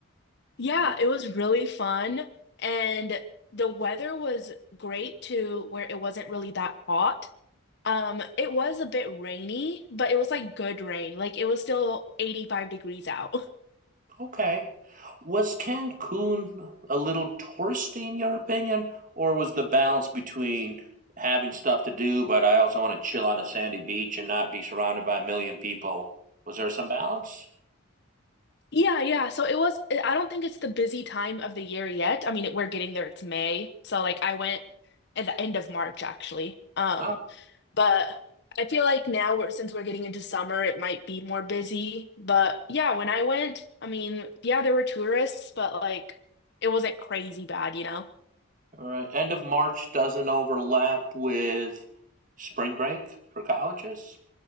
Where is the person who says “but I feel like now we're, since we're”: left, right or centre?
Left